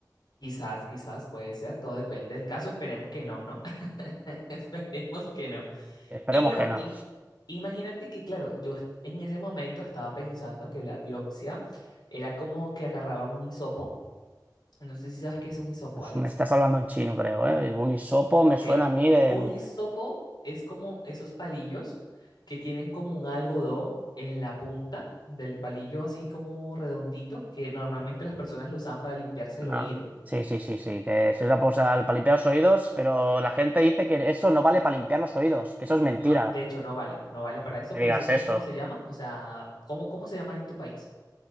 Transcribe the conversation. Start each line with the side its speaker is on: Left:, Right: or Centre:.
Left: Quizás, quizás puede ser, todo depende del caso, esperemos que no, ¿no? <laughs> Esperemos que no.
Right: Esperemos
Left: Y bueno,
Right: que no.
Left: im- imagínate que, claro, yo est- en ese momento estaba pensando que la biopsia era como que agarraba un hisopo. No sé si sabes qué es un hisopo,
Right: Uf,
Left: Alex.
Right: me estás hablando en chino, creo, ¿eh? Un hisopo
Left: Ok,
Right: me suena a mí de
Left: un hisopo es como esos palillos que tienen como un algodón en la punta del palillo, así como redondito, que normalmente las personas lo usaban para limpiarse el oído.
Right: Ah, sí, sí, sí, sí, que se usa pues, al- para limpiar los oídos, pero la gente dice que eso no vale para limpiar los oídos, que eso es mentira.
Left: No, de hecho, no vale, no vale para eso,
Right: Que
Left: pero
Right: digas
Left: si sabes
Right: eso.
Left: cómo se llama, o sea, ¿cómo, cómo se llama en tu país?